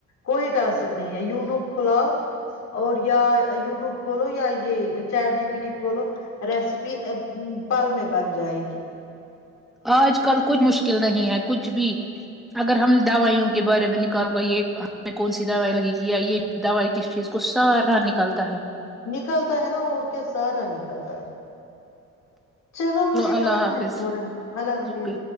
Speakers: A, on the left (about 60°); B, in the centre.
A: کوئی ٹاسک نہیں ہے یوٹیوب کھولا اور یا یوٹیوب کھولو یا یہ چیٹ جی پی ٹی کھولو ریسیپی پل میں بن جائے گی جی
B: آج کل کچھ مشکل نہیں ہے کچھ بھی اگر ہم دوائیوں کے بارے میں نکالوں گا یہ ہمیں کون سی دوائی لگی گ یا یہ دوائی کس چیز کو سارا نکالتا ہے
A: نکلتا ہے نا اور کیا سارا نکلتا ہے چلو مجھے
B: اللہ
A: کام
B: حافظ
A: ہے تھوڑا اللہ حافظ
B: اوکے